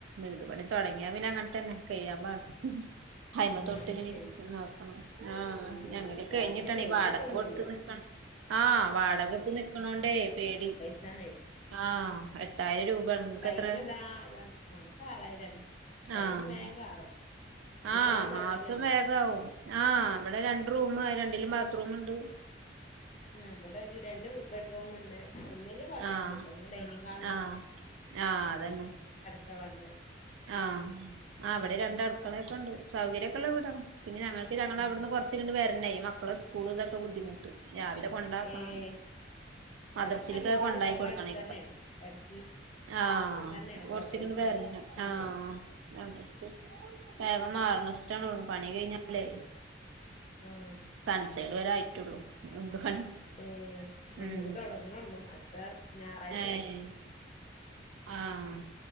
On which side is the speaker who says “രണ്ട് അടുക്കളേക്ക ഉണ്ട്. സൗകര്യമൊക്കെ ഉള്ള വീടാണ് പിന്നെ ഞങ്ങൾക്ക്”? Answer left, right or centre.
Right